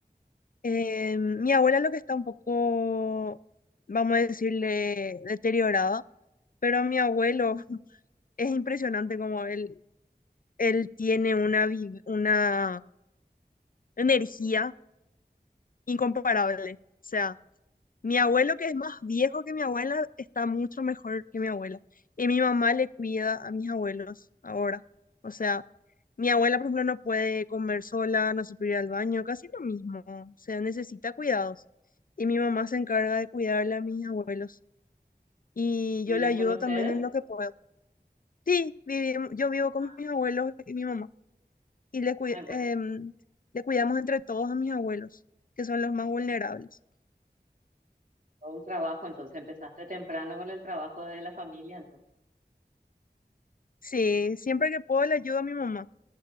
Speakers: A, on the left (about 55°); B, on the right (about 55°).
A: Eh, mi abuela lo que está un poco, vamos a decirle, deteriorada, pero mi abuelo <laughs> es impresionante como él, él tiene una, vi- una energía incomparable. O sea, mi abuelo, que es más viejo que mi abuela, está mucho mejor que mi abuela. Y mi mamá le cuida a mis abuelos ahora. O sea, mi abuela, por ejemplo, no puede comer sola, no se puede ir al baño, casi lo mismo. O sea, necesita cuidados. Y mi mamá se encarga de cuidarle a mis abuelos. Y
B: ¿Viven
A: yo le ayudo
B: con ustedes?
A: también en lo que puedo. Sí, vivimos, yo vivo con
B: Ah,
A: mis abuelos y mi mamá. Y le, cui-
B: Ay, bueno,
A: em,
B: eso es
A: le cuidamos entre todos a mis abuelos, que son los más vulnerables.
B: todo un trabajo, entonces empezaste temprano con el trabajo de la familia, entonces,
A: Sí, siempre que puedo le ayudo a mi mamá